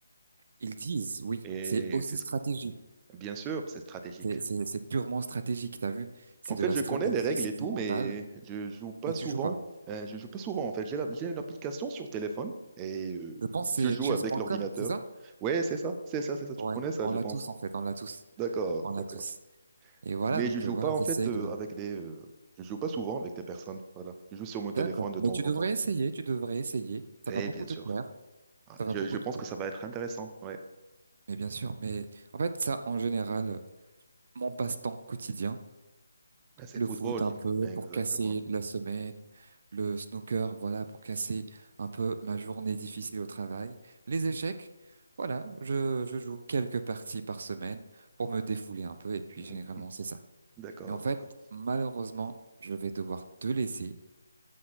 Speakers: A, on the right; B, on the right.
A: Ils disent, oui,
B: Et
A: c'est aussi
B: c'est ce
A: stratégie.
B: que, bien sûr, c'est stratégique.
A: C'est c'est- c'est purement stratégique, t'as vu? C'est
B: En
A: de
B: fait,
A: la
B: je
A: stratégie,
B: connais les règles
A: c'est
B: et tout,
A: du mental,
B: mais je joue pas
A: mais tu
B: souvent.
A: joues pas.
B: Euh, je joue pas souvent, en fait. J'ai la- j'ai une application sur téléphone et euh,
A: Je pense que
B: je
A: c'est
B: joue
A: chess.com,
B: avec l'ordinateur.
A: c'est ça?
B: Ouais, c'est ça, c'est ça, c'est ça. Tu
A: Ouais,
B: connais ça,
A: on
B: je
A: l'a
B: pense.
A: tous en fait, on l'a tous,
B: D'accord,
A: on l'a
B: d'accord.
A: tous. Et voilà,
B: Mais
A: donc
B: je joue
A: euh, voilà,
B: pas, en
A: j'essaie
B: fait, euh,
A: de...
B: avec des. euh, je joue pas souvent avec des personnes. Voilà. Je joue sur mon téléphone
A: D'accord,
B: de
A: mais
B: temps
A: tu devrais
B: en temps.
A: essayer, tu devrais essayer. Ça
B: Eh
A: va beaucoup
B: bien
A: te
B: sûr.
A: plaire,
B: Ah,
A: ça
B: Je,
A: va beaucoup
B: je pense
A: te plaire.
B: que ça va être intéressant. Ouais.
A: Mais bien sûr, mais en fait ça, en général, euh, mon passe-temps quotidien.
B: Mais c'est
A: Le
B: football.
A: foot un
B: j'imagine.
A: peu
B: Exactement.
A: pour casser la semaine, le snooker, voilà, pour casser un peu ma journée difficile au travail, les échecs, voilà, je, je joue quelques parties par semaine pour me défouler un peu et puis
B: Mm,
A: généralement
B: mm.
A: c'est ça.
B: D'accord,
A: Mais en fait,
B: d'accord.
A: malheureusement, je vais devoir te laisser,